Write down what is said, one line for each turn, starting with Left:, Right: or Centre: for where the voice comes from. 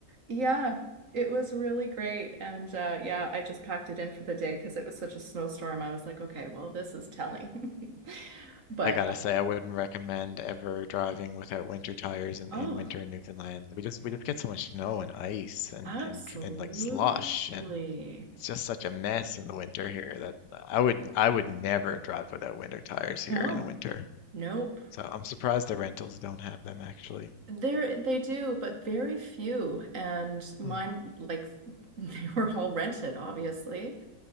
Right: Yeah, it was really great. And uh, yeah, I just packed it in for the day because it was such a snowstorm. I was like, okay, well, this is telling. <laughs> But
Left: I gotta say, I wouldn't recommend ever driving without winter tires in,
Right: oh,
Left: in winter in Newfoundland. We just we just get so much snow and ice and
Right: absolutely.
Left: and and like slush and It's just such a mess in the winter here that uh, I would I would never drive without winter tires here
Right: No,
Left: in the winter.
Right: nope.
Left: So I'm surprised the rentals don't have them actually.
Right: There they do, but very few. And mine,
Left: Mm,
Right: like, <laughs> they were all rented, obviously.